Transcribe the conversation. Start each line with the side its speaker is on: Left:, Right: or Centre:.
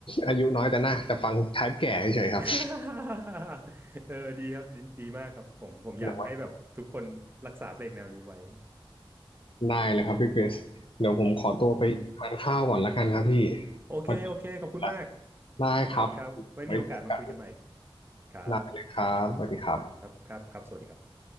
Left: อายุน้อยแต่หน้าแต่ฟังไทป์แก่เฉยๆครับ
Right: <laughs> เออดีครับดีดีมากครับผมผมอยากให้แบบทุกคนรักษาเพลงแนวนี้ไว้
Left: แต่ว่า
Right: <laughs>
Left: ได้เลยครับพี่คริสเดี๋ยวผมขอตัวไปทานข้าวก่อนละกันครับพี่
Right: อืม โอเค
Left: วันนี้ผมหิวละ
Right: โอเค ขอบคุณมาก
Left: ได้ครับ
Right: ครับครับไว้มีโอกาสมาคุยกันใหม่
Left: ไว้เจอกัน
Right: ครับ
Left: ได้เลยครับสวัสดีครับ
Right: ครับครับครับสวัสดีครับ